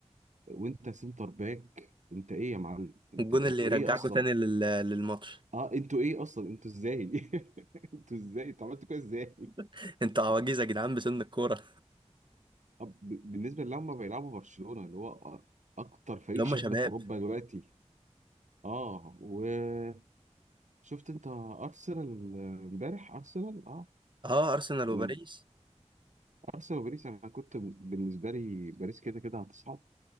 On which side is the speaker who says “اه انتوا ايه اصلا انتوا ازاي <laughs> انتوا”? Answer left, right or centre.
Right